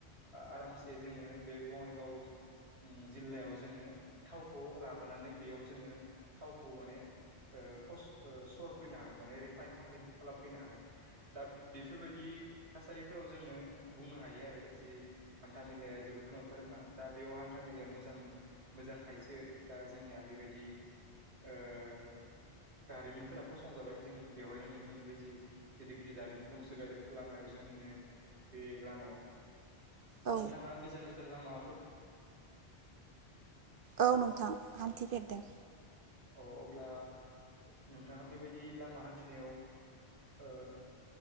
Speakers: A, on the right; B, on the right.
A: आरामसे जोङो बे बङाइगाव जिल्लायाव जोङो थावखौ लाबोनानै बेयाव जोङो थावखौ माने ओ सर फैनो हागोन माने रिफाइन खालामफैनो हागोन दा बेफोरबायदि थासारिफोर फोराव जोङो बुंनो हायो आरो जि हान्था मेलाया जोबोद गोनांथार दा बेयाव हान्था मेलाया मोजां मोन मोजांखायसो दा जोंनिया बेबायदि ओ दारिमिनफोरा फसं जाबाय जों बेवहायनो नुनो मोनबाय जे गिदिर गिदिर दारिमिन दंसोगार आरो लामायाव जोंनिनो बे लामायाव दा
B: औ
A: नोंथाङा गोजान गोजान लामा
B: औ नोंथां हान्थिफेरदों
A: अ अब्ला नोंथाङा बेबायदि लामा हान्थिनायाव ओ